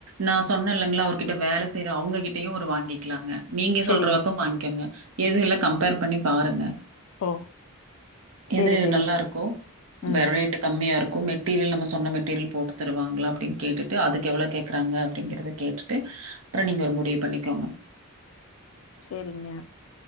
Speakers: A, on the right (about 80°); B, on the left (about 65°).
A: நா சொன்ன இல்லங்ளா அவருகிட்ட வேல செய்ற அவுங்ககிட்டயு அவரு வாங்கிக்கலாங்க நீங்க
B: சரிங்க.
A: சொல்றவக்கொ வாங்கிகங்க எது இல கம்ப்பேர் பண்ணி பாருங்க
B: ஓ சரி
A: எது
B: சரிங்க.
A: நல்லா இருக்கோ
B: ம்.
A: வேற ரேட்டு கம்மியா இருக்கு மெட்டீரியல் நம்ம சொன்ன மெட்டீரியல் போட்டு தருவங்ளா அப்டின் கேட்டுட்டு அதுக்கு எவ்ளோ கேக்கறாங்க அப்டிங்கறத கேட்டு ட்டு அப்றொ
B: ம்.
A: நீங்க ஒரு முடிவு பண்ணிக்கோங்க
B: சேரிங்க